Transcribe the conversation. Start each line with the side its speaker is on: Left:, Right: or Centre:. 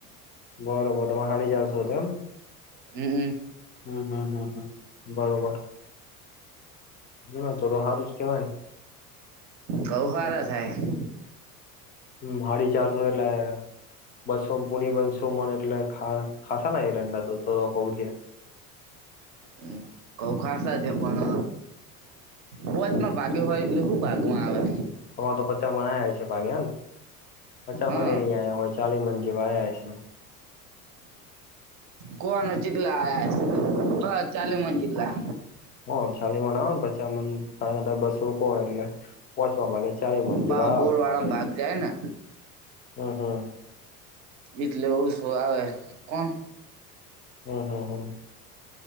Left: બરોબર તમે હાડી ચારસો હતા એમ?
Right: હમ્મ હમ્મ.
Left: હમ્મ હમ્મ હમ્મ હમ્મ, બરોબર. ના ના તો તો હારું જ કેવાય ને?
Right: ગઉ હારા થાય.
Left: હમ્મ હાડી ચારસો એટલા એ બસો પુણી બસો મન એટલે ખા ખાસા ના એરંડા તો તો બઉ થ્યા.
Right: હમ્મ કઉ ખાસ છે પણ પોચમાં ભાગ્યો હોય એટલે શું ભાગમાં આવે.
Left: તમાર તો પચા મણ આયા હોય છે ભાગેને પચા
Right: હા
Left: મને એ નહી આયા હોય ચાલી મડ જેવા આયા હસે.
Right: કવાના ચેટલા આયા હસે, બ ચાલી મન જેટલા.
Left: હ ચાલી મડ આવે ને પચા મડ <unintelligible> બસો હો એટલે. પોચવા ભાગે ચાલિ મડ જેવા
Right: બા બોર
Left: આવે
Right: વાળા
Left: ભાગે,
Right: ભાગ જાય ને
Left: હમ્મ હમ્મ.
Right: એટલે ઓશું આવે કોણ
Left: હમ્મ હમ્મ હમ્મ.